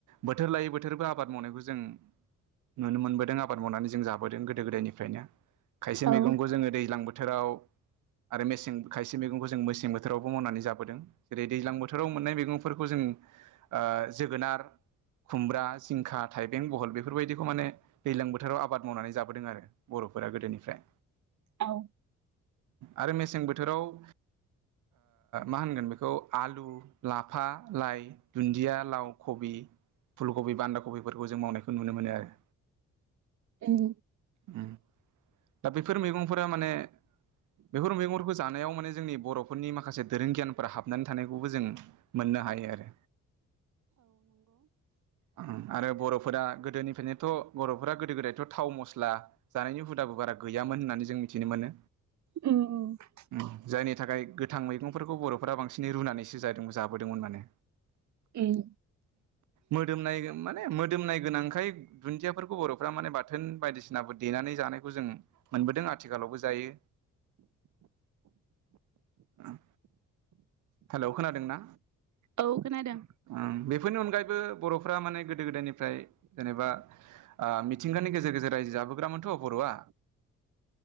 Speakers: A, on the right; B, on the right.
A: बोथोर लायै बोथोरबो आबाद मावनायखौ जों नुनो मोनबोदों आबाद फोर मावनानै जों जाबोदों गोदो गोदायनिफ्रायनो खायसे मैगंखौ
B: औ
A: जोङो दैज्लां बोथोराव आरो मेसें खायसे मैगंखौ जों मेसें बोथोरावबो मावनानै जाबोदों जेरै दैज्लां बोथोराव मोननाय मैगंफोरखौ जोङो ओ जोगोनार खुमब्रा जिंखा थाइबें बहल बेफोरबायदिखौ माने दैलां बोथोराव आबाद मावनानै जाबोदों आरो बर'फोरा गोदोनिफ्राय।
B: औ।
A: आरो मेसें बोथोराव ओ मा होनगोन बेखौ आलु लाफा लाइ दुन्दिया लाव कबि फुल कबि बान्दा कबिफोरखौ जों मावनायखौ नुनो मोनो आरो।
B: उम।
A: उम दा बेफोर मैगंफोरा माने बेफोर मैगंफोरखौ जानायाव माने जोंनि बर'फोरनि माखासे दोरों गियानफोरा हाबनानै थानायखौबो जों मोननो हायो आरो। ओं आरो बर'फोरा गोदोनिफ्रायनोथ' बर' फ्रा गोदो गोदायथ' थाव मस्ला जानायनि हुदाबो बारा गैयामोन होननानै जों मिथिनो मोनो।
B: उम
A: उम जायनि नि थाखाय गोथां मैगंफोरखौ बर'फोरा बांसिनै रुनानैसो जादों जाबोदोंमोन माने।
B: उम।
A: मोदोमनाय माने मोदोमनाय गोनांखाय दुन्दियाफोरखौ बर' फोरा माने बाथोन बायदिसिनाबो देनानै जानायखौ जों मोनबोदों आथिखालावबो जायो <inaudible> ओं हेल' खोनादोंना?
B: औ खोनादों
A: ओम बेफोरनि अनगायैबो बर'फोरा माने गोदो गोदायनिफ्राय जेनेबा ओ मिथिंगानि गेजेर गेजेर रायजो जाबोग्रामोनथ' बर'आ।